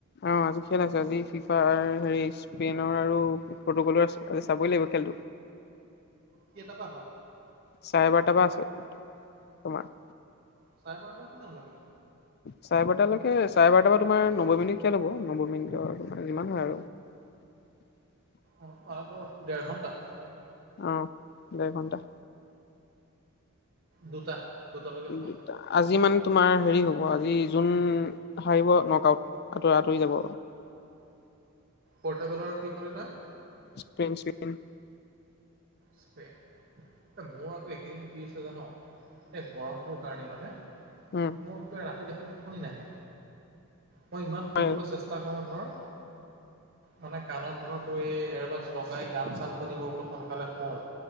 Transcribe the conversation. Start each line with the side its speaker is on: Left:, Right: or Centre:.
Left: অ', আজি খেল আছে। আজি ফিফা হেৰি স্পেইনৰ আৰু পৰ্তুগালৰ আছে। আজি চাবই লাগিব খেল তো।
Right: কেইটাপা হয়?
Left: চাৰে বাৰটাৰ পৰা আছে, তোমাৰ
Right: চাৰে বাৰতাপা কিমানলৈকে?
Left: চাৰে বাৰটালৈকে চাৰে বাৰটাাৰ বা তোমাৰ নব্বৈ মিনিট কিয় লব নব্বৈ মিনিটৰ তাৰ যিমান হয় আৰু। <unintelligible>
Right: <unintelligible> দেৰঘন্টা।
Left: অ', দেৰ ঘণ্টা।
Right: দুটা। দুটালৈকে হ'ব
Left: দুটা, আজি মানে তোমাৰ হেৰি হ'ব আজি জোন হাৰিব নক আউট। আতৰি আতৰি যাব।
Right: পৰ্তোগালৰ কি কলি তই?
Left: স্পেইন চেস্পেইন।
Right: স্পেইন, মোৰ আকৌ এইকেইদিন কি হৈছে জান'? এই গৰমটোৰ কাৰণে মানে,
Left: উম
Right: মোৰটো ৰাতি দেখোন টোপনি নাহে। মই ইমান শুবলৈ
Left: হয়
Right: চেষ্টা কৰোঁ ধৰ। মানে কাণত ধৰ তোৰ এই এৰবাছ লগাই গান চান শুনিব বুলি শন কাৰণে শুও,